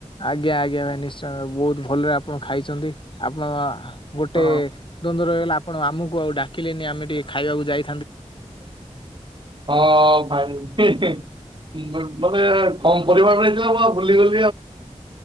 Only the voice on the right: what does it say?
ହଁ
ହଁ ଭାଇ ମାନେ କମ୍ ପରିବାର ମିଳିଥିଲା ବା ବୁଲିଗଲି।